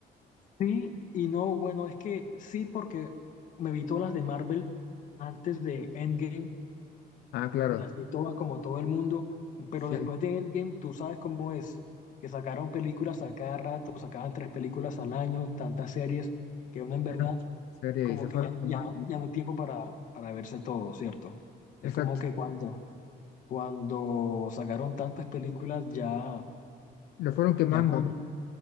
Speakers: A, on the left; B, on the left.
A: Sí, y no, bueno, es que sí, porque me vi todas las de Marvel antes de Endgame,
B: Ah, claro.
A: me las vi todas como todo el mundo, pero
B: Sí.
A: después de Endgame, tú sabes cómo es, que sacaron películas a cada rato, sacaban tres películas al año, tantas series, que uno en verdad
B: Era mucha serie
A: como
B: y se
A: que
B: fueron
A: ya,
B: quemando.
A: ya, ya no hay tiempo para, para verse todo, ¿cierto? Es
B: Exacto.
A: como que cuando, cuando sacaron tantas películas, ya,
B: Lo fueron quemando,
A: ya como,
B: ¿no?